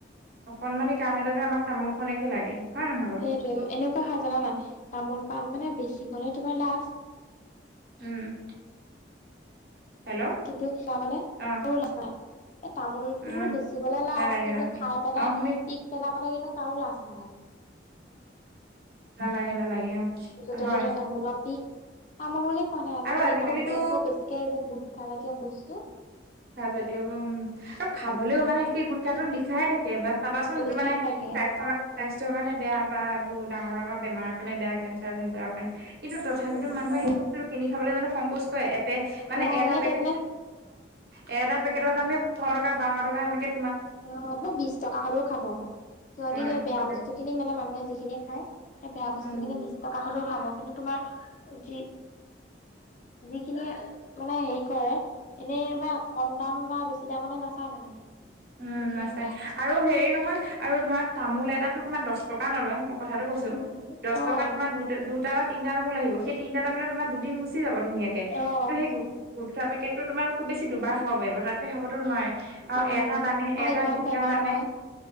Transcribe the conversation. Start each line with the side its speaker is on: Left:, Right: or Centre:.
Right: অকনমানি কাম এটাটো আমাক তামোল খনেকে লাগে হয় নহয় বাওঁ
Left: সেইটোৱে এনেকুৱা জানা নাই তামোল-পাণ বেচিবলে তোমাৰ লাজ
Right: উম হেল্ল'
Left: কিন্তু চাবলে
Right: অ
Left: কাৰো লাজ নাই তামোলতো
Right: উম
Left: বোলো বেচিবলৈ লাজ
Right: নালাগে
Left: কিন্তু
Right: নালাগে
Left: খাই পেলাই
Right: অ শুনিছো
Left: পিক পেলাবলে কিন্তু। কাৰো লাজ নালাগে
Right: নালাগে নালাগে
Left: যতে
Right: অ হয়
Left: ত'তে তামোলৰ পিক তামোল বুলিয় কোৱা নাই আজিকালি
Right: আৰু আজিকালিতো
Left: তামোলতকৈও বেছিকে এইবোৰ গোটকাজাতীয় বস্তু।
Right: যদিও উম আৰু খাবলৈও
Left: উম
Right: মানে সেই গোটকাটোত লিখাইে থাকে বা চাবাচোন
Left: লিখা
Right: মানে
Left: থাকে
Right: স্বাস্থ্যৰ স্বাস্থ্যৰ কাৰণে বেয়া বা এইবোৰ ডাঙৰ ডাঙৰ বেমাৰ কাৰে বেয়া কেঞ্চাৰ চেঞ্চাৰ কিন্তু তথাপিতো
Left: উম
Right: মানুহে সেই বস্তু কিনি খাবলৈ জানো সংকোচ কৰে এপে মানে
Left: অ
Right: এটা
Left: সেইটোৱে
Right: পেকেট
Left: মানে
Right: এটা পেকেটত
Left: অ
Right: আমি পোন্ধৰ টকা বাৰ টকা সেনেকে
Left: অ আপোনাৰ বিশ টকা হ'লেও খাব। সিহঁতি
Right: উম
Left: সেই বেয়া
Right: খাব
Left: বস্তু খিনি মানে মানুহে যিখিনি খায় সেই বেয়া বস্তু
Right: উম
Left: খিনি বিশ টকা হলেও খাব। কিন্ত তোমাৰ যি যিখিনি মানে হেৰি কৰে এনেইবা কম দাম বা বেছি দামলে নাচায় মানে।
Right: উম
Left: যিখিনিয়ে
Right: আছে,
Left: খায়।
Right: আৰু হেৰি নহয় আৰু ধৰা তামোল এটাাত দহ টকা নলয় মই কথাটো কৈছোঁ,
Left: উম,
Right: দহ
Left: অ',
Right: টকাত দুটা-দুটা বা তিনিটা তামোল আহিব। সেই তিনিটা তামোল তোমাৰ দুদিন গুচি যাব ধুনীয়াকে
Left: অ',
Right: কিন্তু সেই গুটকা-গুটকা পেকটো তোমাৰ খুব বেছি দুবাৰ খাব পাৰিব তাতকে খাবতো নোৱাৰে আৰু
Left: অ',
Right: এট তাত আমি
Left: অ'
Right: এটা
Left: ইমান
Right: গুটখাত
Left: বেমাৰ
Right: আমি
Left: হয়।